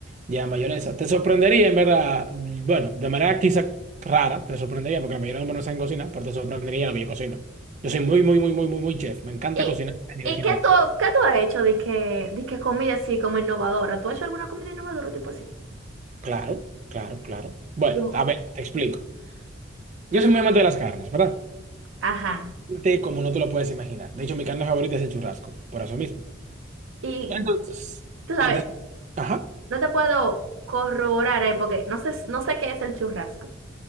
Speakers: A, on the right; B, on the right.
A: lleva mayonesa. Te sorprendería, en verdad, bueno, de manera quizá rara, te sorprendería, porque la mayoría de los hombres no saben cocinar, pero te sorprendería lo que yo cocino. Yo soy muy, muy, muy, muy, muy, muy chef. Me encanta
B: ¿Y,
A: cocinar a nivel
B: y
A: general.
B: qué tú, qué tú has hecho de que, de que comida así como innovadora? ¿Tú has hecho alguna comida innovadora tipo así?
A: Claro, claro, claro. Bueno,
B: Y bu-
A: a ver, te explico. Yo soy muy amante de las carnes, ¿verdad?
B: ajá.
A: Te- Como no te lo puedes imaginar. De hecho, mi carne favorita es el churrasco, por eso mismo.
B: Y
A: Entonces,
B: tú sabes,
A: entonces, ajá,
B: no te puedo corroborar ahí porque no sé, no sé qué es el churrasco.